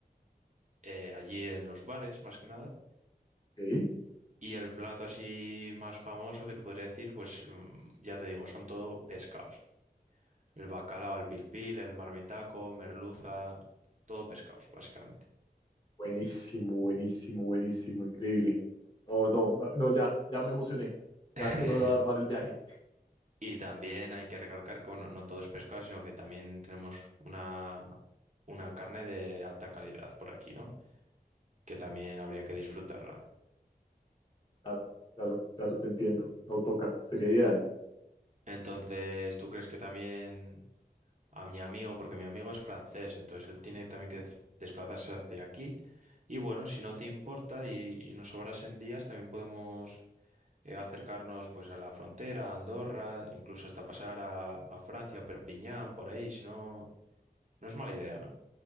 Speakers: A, on the right; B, on the left.
A: eh, allí en los bares, más que nada.
B: ok,
A: Y el plato así más famoso que te podría decir, pues mm, ya te digo, son todo pescados. El bacalao
B: ok.
A: al pilpil, el marmitaco, merluza, todo pescados, básicamente.
B: Buenísimo, buenísimo, buenísimo, increíble. No, no,
A: Y
B: va- no, ya, ya me emocioné. Ya
A: <laughs>
B: quiero armar el viaje.
A: y también hay que recalcar que, bueno, no todo es pescado, sino que también tenemos una, una carne de alta calidad por aquí, ¿no? Que también habría que disfrutarla.
B: Claro, claro, claro, te entiendo. No toca, sería ideal.
A: Entonces, ¿tú crees que también a mi amigo, porque mi amigo es francés, entonces él tiene también que dez- desplazarse hacia aquí? Y bueno, si no te importa y, y nos sobrasen días, también podemos eh, acercarnos pues a la frontera, a Andorra, incluso hasta pasar a, a Francia, a Perpiñán, por ahí, si no, no es mala idea, ¿no?